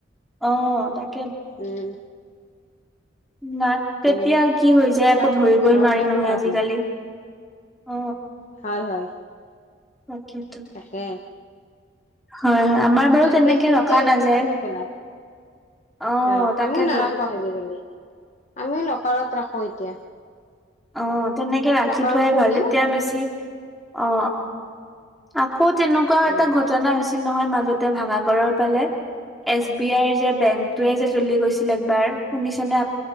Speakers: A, in the centre; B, on the left.
A: অ তাক
B: উম
A: নাক কেতিয়া
B: উম
A: কি হৈ যায় আক
B: তাৰমানে
A: ধৰিবই
B: ঘৰত
A: নোৱাৰি
B: ৰাখি
A: নহয়
B: লাভ
A: আজিকালি
B: নাই
A: অ
B: হয় হয়
A: তাকেইটো
B: তাকে
A: হয় হয় আমাৰ বাৰু তেনেকে
B: সেই চিন্তাই
A: ৰখা
B: আহিছে
A: নাযায়
B: শুনি পেলাই
A: আহ
B: অ
A: তাকেইতো
B: আমিও নাৰাখো আজিকালি আমিও লকাৰত ৰাখো এতিয়া
A: অ তেনেকে ৰাখি
B: লকাৰত
A: থোৱাই
B: থৈ
A: ভাল
B: দিও
A: তেতিয়া বেছি অ অ ক'ত তেনেকুৱাও
B: উম
A: এটা ঘটনা হৈছিল নহয় মাজতে ভঙা গৰৰ ফালে এছ বি আইৰ যে বেংক য়ে যে চলি গৈছিল একবাৰ শুনিছনেে